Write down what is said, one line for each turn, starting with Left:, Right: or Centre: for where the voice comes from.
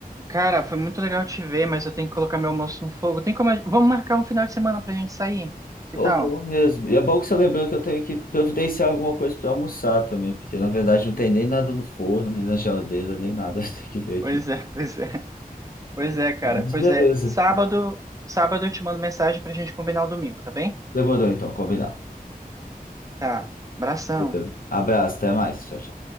Right: cara, foi muito legal te ver, mas eu tenho que colocar meu almoço no fogo. Tem como. a- Vamos marcar um final de semana pra gente sair? Que
Left: Ou
Right: tal?
Left: vamos mesmo. E é bom que você lembrou que eu tenho que providenciar alguma coisa para almoçar também, porque na verdade não tem nem nada no forno, nem na geladeira, nem nada. <laughs> Tem que ver
Right: Pois
Left: aqui.
Right: é, pois é. <laughs> Pois é, cara.
Left: Mas
Right: Pois
Left: beleza.
Right: é. Sábado, sábado eu te mando mensagem pra gente combinar o domingo, tá bem?
Left: Demorou então, combinado.
Right: Tá. Abração.
Left: Valeu. Abraço, até mais. Tchau, tchau.